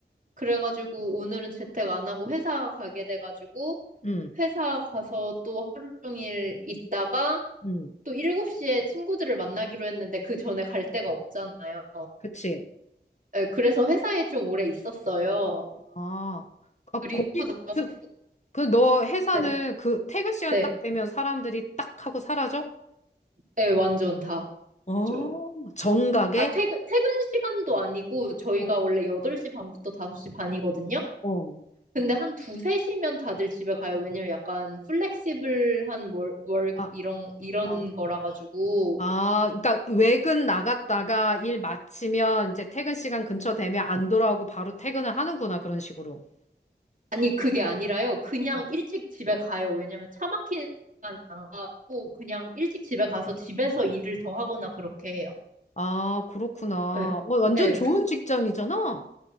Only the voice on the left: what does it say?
응,
응.
그치.
아, 아,
거기,
그- 그 너 회사는
그 퇴근 시간
딱 되면 사람들이 딱 하고 사라져?
어,
정각에?
어,
어.
아,
아,
아, 그러니까 외근 나갔다가 일 마치면 이제 퇴근 시간 근처 되면 안 돌아오고 바로 퇴근을 하는구나, 그런 식으로.
어.
아, 그렇구나.
뭐 완전
좋은
직장이잖아.